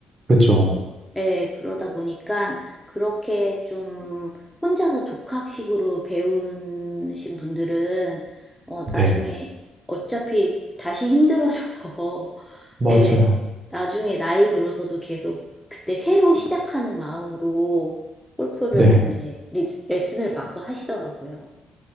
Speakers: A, on the right (about 30°); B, in the centre.
A: 그죠.
B: 예, 그러다 보니까 그렇게 좀 혼자서 독학식으로 배우신 분들은 어, 나중에
A: 네,
B: 어차피 다시 힘들어져서 <laughs>
A: 맞아요.
B: 예, 나중에 나이 들어서도 계속 그때 새로 시작하는 마음으로 골프를
A: 네.
B: 이제 리스- 레슨을 받고 하시더라고요.